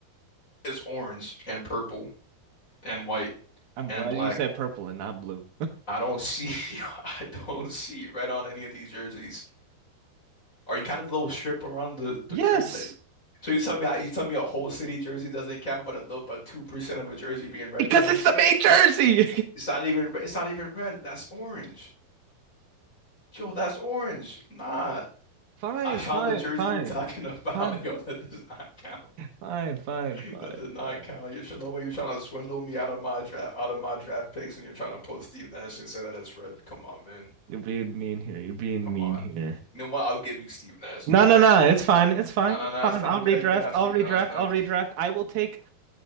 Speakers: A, on the left; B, on the right.
A: It's orange and purple. and white
B: I'm
A: and
B: glad
A: black.
B: you said purple and not blue.
A: I don't see <laughs> I don't see red on any of these jerseys. Are you kind of the little strip around the the
B: <laughs> yes,
A: trim that? So you tell me you tell me a whole city jersey doesn't count, but a little but two percent of a jersey being red
B: because
A: counts.
B: it's the main jersey.
A: It's not even it's not even red. That's orange. Yo, that's orange. Nah.
B: <laughs> fine,
A: I found
B: fine,
A: the jersey
B: fine,
A: you're talking about.
B: fine,
A: <laughs> Yo, that does not count.
B: fine, fine,
A: <laughs>
B: fine,
A: That does not
B: fine.
A: count. You should know what you're trying to swindle me out of my draft out of my draft picks and you're trying to pull Steve Nash and say that it's red. Come on, man.
B: You're being mean here. You're being
A: Come
B: mean
A: on.
B: here.
A: You know what? I'll give you Steve Nash.
B: No,
A: You could
B: no,
A: have
B: no.
A: Steve.
B: It's fine. It's fine.
A: No, no,
B: It's
A: no.
B: fine.
A: It's fine.
B: I'll
A: You
B: redraft.
A: could have, you could have
B: I'll
A: Steve.
B: redraft.
A: No, no, you know
B: I'll
A: you can.
B: redraft. I will take